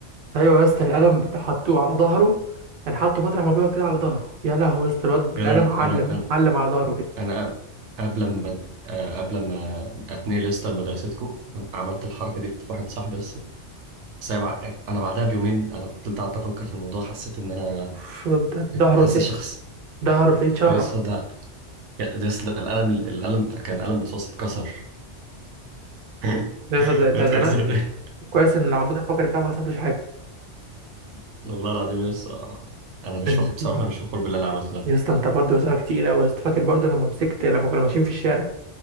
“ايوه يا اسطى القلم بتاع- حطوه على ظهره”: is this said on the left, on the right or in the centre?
Right